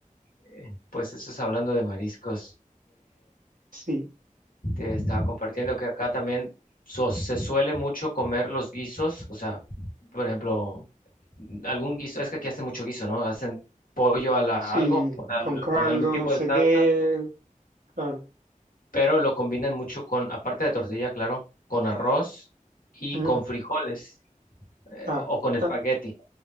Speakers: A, on the left (about 85°); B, on the right (about 80°).
A: eh, pues eso es hablando de mariscos.
B: Sí.
A: Te estaba compartiendo que acá también so- se suele mucho comer los guisos, o sea, por ejemplo, algún guiso, es que aquí hacen mucho guiso, ¿no? Hacen pollo a la
B: Sí,
A: algo, o sea,
B: con
A: al-
B: caldo,
A: con algún tipo
B: no sé
A: de salsa,
B: qué, claro.
A: pero lo combinan mucho con, aparte de tortilla, claro, con arroz y
B: Mm.
A: con frijoles eh,
B: Ah,
A: o con
B: ta-
A: espagueti,